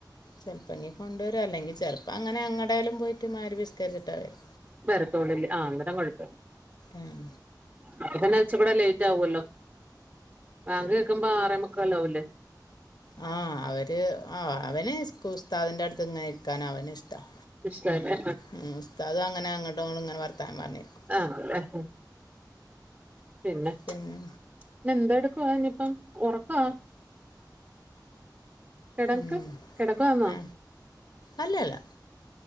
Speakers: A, on the left (about 65°); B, on the right (about 20°).
A: ചെലപ്പോങ്കിൽ കൊണ്ടുവര അല്ലെങ്കിൽ ചെലപ്പം അങ്ങനെ അങ്ങടെലും പോയിട്ട് മാരിബിസ്ക്കരിച്ചിട്ടാ വെരാ
B: വരത്തോളില്ലേ ആ അന്നടം കൊ ഴപ്പമില്ല
A: ഉം.
B: അപ്പോത്തന്നെ ഇച്ച് ഇമ്പടെ ലേറ്റ് ആവൂല്ലോ ബാങ്ക് കേക്കുമ്പോ ആറേമുക്കാല് ആവൂല്ലേ
A: ആഹ് അവര് ആഹ് അവന് കു ഉ സ്താദിന്റെ അടുത്ത് ഇങ്ങനെ ഇരിക്കാനാ അവന് ഇഷ്ടം
B: ഇഷ്ടല്ലേ
A: ള ഉസ്താദും അങ്ങനെ അങ്ങോട്ടും ഇങ്ങോട്ടും ഇങ്ങനെ വർത്താനം പറഞ്ഞിനു
B: ആണെല്ലേ പിന്നെ
A: പിന്നെ
B: <unintelligible> എന്ത എടുക്കുവാ ഇനിയിപ്പം ഉറക്കാ കിടക്ക്
A: ഉം.
B: കിടക്കാന്നോ
A: ആ അല്ലല്ല